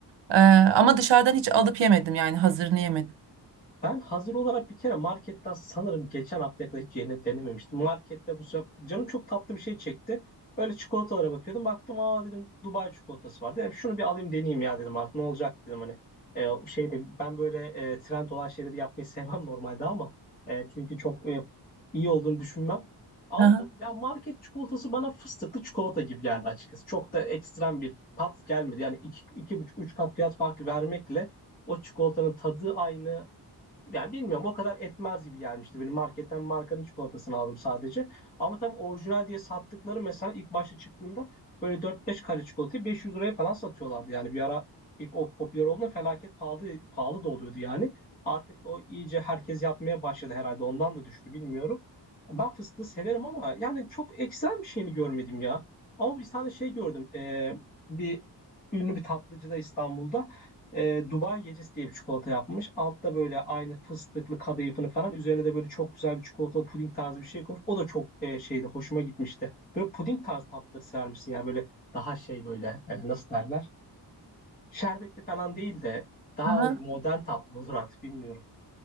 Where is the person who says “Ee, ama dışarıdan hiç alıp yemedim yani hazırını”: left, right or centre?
Right